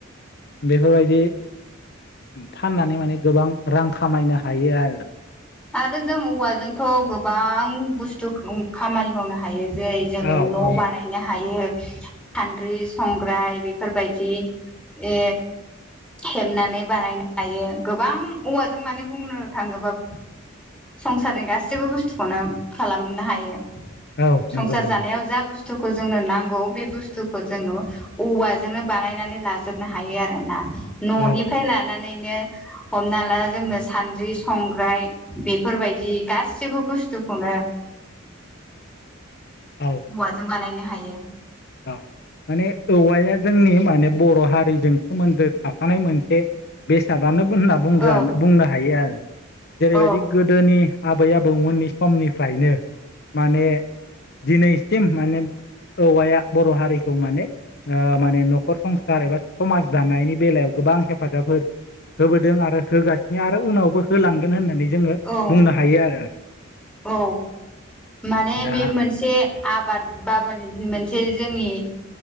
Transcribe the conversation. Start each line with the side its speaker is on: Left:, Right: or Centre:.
Left: बेफोरबायदि फाननानै माने गोबां रां खामायनो हायो आरो।
Centre: आरो जों औवाजोंथ' गोबां बुस्थु खामानि मावनो हायो। जेरै जोङो
Left: औ
Centre: न'
Left: औ
Centre: बानायनो हायो। सान्द्रि, संग्राय बेफोरबायदि ए हेबनानै बानायनो हायो गोबां औवाजों माने बुंनो थाङोबा संसारनि गासैबो बुस्थुखौनो खालामनो हायो।
Left: औ नंगौ
Centre: संसार
Left: नंगौ
Centre: जानायाव जा बुस थुखौ जोंनो नांगौ बे बुस्थुखौ जोङो औवाजोंनो बानायनानै लाजोबनो हायो आरोना न'निफ्राय
Left: औ
Centre: लानानैनो हमना ला जोंनो सानद्रि, संग्राय बेफोरबायदि गाससिबो बुस्थुखौनो
Left: औ
Centre: औवाजों बानायनो हायो
Left: औ माने औवाया जोंनि माने बर' हारिजों सोमोन्दो थाफानाय मोनसे बेसादानो होनना बुं
Centre: औ
Left: बुंनो हायो आरो जेरैबायदि
Centre: औ
Left: गोदोनि आबै आबौमोननि समनिफ्रायनो माने दिनै सिम माने औवाया बर' हारिखौ माने ओ माने न'खर संसार एबा समाज दानायनि बेलायाव गोबां हेफाजाब होबोदों आरो होगासिनो आरो उनावबो होलांगोन होननानै जोङो
Centre: औ
Left: बुंनो हायो आरो।
Centre: औ माने
Left: दा
Centre: बे मोनसे आबाद <unintelligible> मोनसे जोंनि